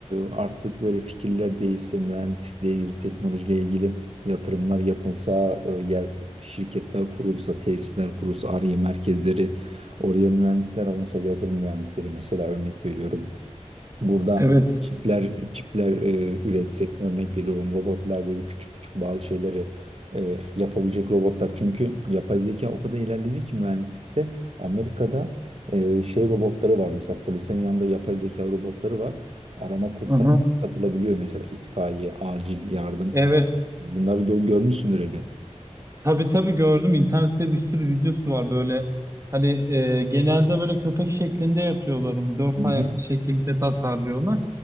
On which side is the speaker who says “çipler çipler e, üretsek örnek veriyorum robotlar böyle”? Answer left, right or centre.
Right